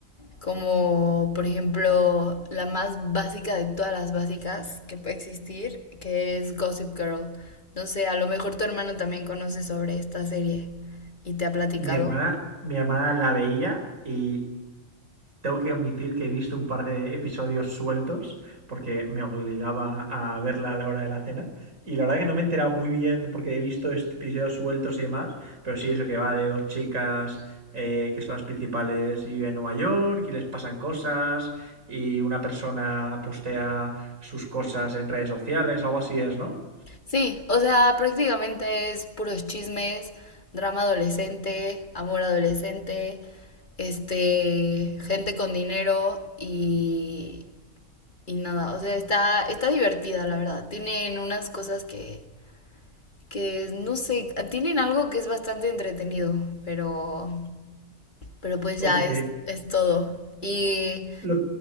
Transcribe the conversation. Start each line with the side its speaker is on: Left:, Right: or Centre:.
Left: como por ejemplo la más básica de todas las básicas que puede existir, que es Gossip Girl. No sé, a lo mejor tu hermano también conoce sobre esta serie y te ha platicado.
Right: Mi hermana, mi hermana la veía y Tengo que admitir que he visto un par de episodios sueltos porque me obligaba a verla a la hora de la cena. Y la verdad que no me he enterado muy bien porque he visto este episodios sueltos y demás. Pero sí, eso que va de dos chicas eh, que son las principales y viven en Nueva York y les pasan cosas y una persona postea sus cosas en redes sociales, algo así es, ¿no?
Left: Sí, o sea, prácticamente es puros chismes, drama adolescente, amor adolescente, este, gente con dinero y, y nada. O sea, está, está divertida, la verdad. Tienen unas cosas que, que no sé, tienen algo que es bastante entretenido, pero, pero pues
Right: Ok.
Left: ya es, es todo. Y
Right: Lo,